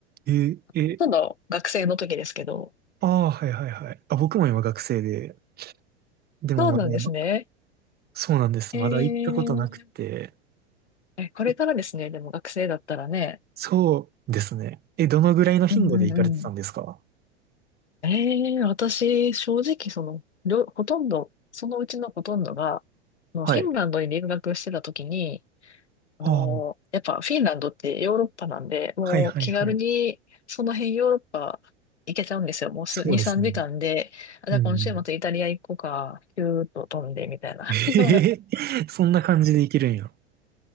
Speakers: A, on the right; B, on the left.
A: え、え、
B: ほとんど学生の時ですけど。
A: ああ、はいはいはい。あ、僕も今学生で、でもまだ、
B: そうなんですね。
A: そうなんです。
B: えー、
A: まだ行ったことなくて。
B: え、これからですね。
A: え
B: でも学生だったらね。
A: そうですね。え、どのぐらいの頻度で行かれてたんですか
B: うんうんうん。えー、私、正直、その、りょほとんど、そのうちのほとんどが、あのフィンランドに留学してた時に、
A: はい。
B: あの、
A: ああ、
B: やっぱフィンランドってヨーロッパなんで、もう気軽にその辺ヨーロッパ行けちゃうんですよ。
A: はいはいはい。
B: もうす2、
A: そうですね。
B: 3時間で、あ、じゃあ今週末イタリア行こうか、
A: うん。
B: ピューッと飛んでみたいな。
A: <laughs> えへへそんな感じで行けるんや。
B: <laughs>